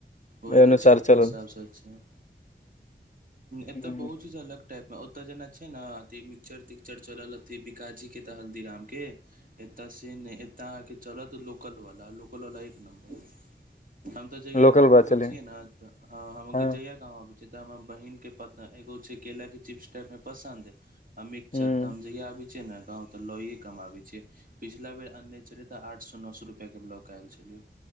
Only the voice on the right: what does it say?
ओहि
त क्षेत्र
हिसाबसँ छै एतय
बहुत चीज अलग टाइप मे ओतय जेना छै ने अथ मिक्सचर तिक्चर चल अ बिकाजी के तऽ हल्दीराम के एतऽ से नहि एतऽ अहाँके चलत लोकल बा ल लोकलवला एक नमर हम तऽ जहिया
गाँंव
आबे
छियै ने ह हम
जहिया गाँंव आबे छीै त हमरा बहिन पता केगो छै केला के चिप्स टाइप मे पसन्द ह मिक्सचर
त हम जहिया आब छिये ने गाॅंव तो लइये कऽ हम आबय छिये पिछला बेर अनने छलियै तऽ आठ सए नओ सए रुपआ के लऽकऽ आयल छलियै